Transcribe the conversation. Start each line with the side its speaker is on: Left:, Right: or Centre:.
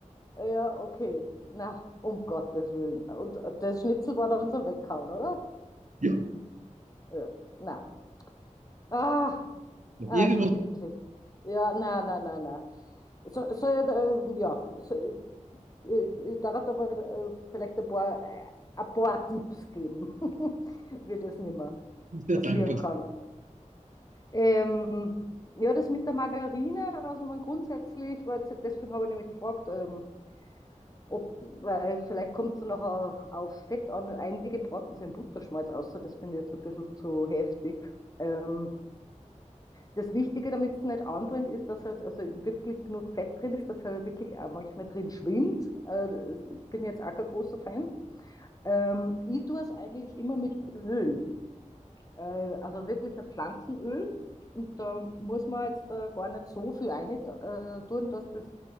Left: Ja, okay. Na, um Gottes Willen. Und das Schnitzel war dann zum Weghauen, oder?
Right: Ja.
Left: Ja, na. Ah, also
Right: Irgendwas
Left: wirklich. Ja, na, na, na, na. So, soll ich, ähm, ja, so, ich, ich, ich darf da mal äh, vielleicht ein paar, äh, ein paar Tipps geben, <laughs> wie das nicht mehr
Right: ist
Left: passieren
Right: der dankbar.
Left: kann. Ähm, ja, das mit der Margarine, also man grundsätzlich, weil jetzt- deswegen habe ich nämlich gefragt, ähm, ob, weil vielleicht kommt es dann nachher aufs Fett an. Einige braten sie in Butterschmalz, außer das finde ich jetzt ein bisschen zu heftig. Ähm, das Wichtige, damit es nicht anbrennt, ist, dass halt also wirklich genug Fett drin ist, dass halt wirklich auch manchmal drin schwimmt. Äh, das- ich bin jetzt auch kein großer Fan. Ähm, ich tue es eigentlich immer mit Öl. Äh, also wirklich ein Pflanzenöl. Und da muss man jetzt äh, gar nicht so viel rein äh, tun, dass das,